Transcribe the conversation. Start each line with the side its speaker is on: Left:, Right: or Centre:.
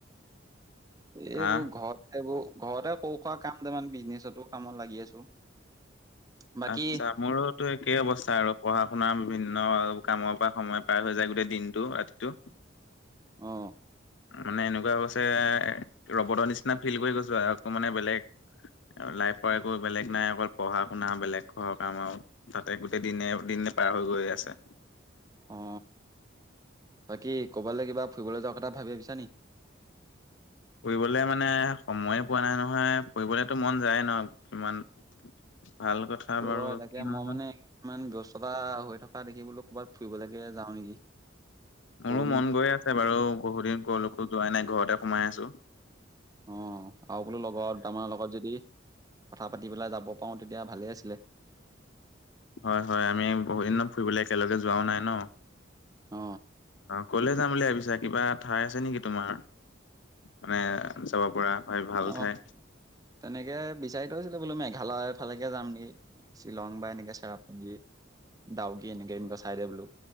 Right: এইবোৰ
Left: হা
Right: ঘৰতেবো ঘৰতে সৰু হোৱা কাম এটামান বিজনেচতো কামত লাগি আছো। বাকী
Left: আত্চ্ছা মোৰত তো একেই অৱস্থা আৰু পঢ়া শুনাৰ বিভিন্ন কামৰ পৰা সময় পাৰ হৈ যায় গোটেই দিনটো ৰাতিটো।
Right: অ।
Left: মানে এনেকুৱা হৈছে ৰবতৰ নিচিনা ফিল কৰি গৈছো আ একো মানে বেলেগ। লাইফৰ একো বেলেগ নাই অকল পঢ়া শুনা বেলেগ খ কাম আও। তাতে গোটেই দিনে দিনে পাৰ হৈ গৈ আছে।
Right: অ বাকী ক'বালে কিবা ফুৰিবলৈ যোৱাৰ কথা ভাবি ভাবিছা নি?
Left: ফুৰিবলৈ মানে সময় পোৱা নাই নহয় ফুৰিবলেতো মন যায় ন কিমান। ভাল কথা
Right: ত'
Left: বাৰু
Right: তাকে
Left: কিনো।
Right: মই মানে ইমান ব্যস্ততা হৈ থকা দেখি বোলো ক'ৰবাত ফুৰিবলৈকে যাওঁ নেকি?
Left: মোৰো
Right: বহুত দিন
Left: মন গৈ আছে বাৰু বহুতদিন কলৈকো যোৱাই নাই ঘৰতে সোমাই আছো।
Right: অ আও বোলো লগৰ দুটামানৰ লগত যদি কথা পাতি পেলাই যাব পাৰো তেতিয়া ভালে আছিলে।
Left: হয় হয় আমি বহুত দিনত ফুৰিবলৈ একেলগে যোৱাও নাই ন।
Right: অ
Left: ক'লে যাম বুলি ভাবিছা কিবা ঠাই আছে নেকি তোমাৰ মানে যাব পৰা। ভাই ভাল
Right: অ
Left: ঠাই
Right: তেনেকে বিচাৰি থৈছিলো বোলো মেঘালয় ফালেকে যাম নেকি শ্বিলং বা এনেকে চেৰাপুঞ্জী। ডাওকী এনেকে এনেকুৱা চাইদে বোলো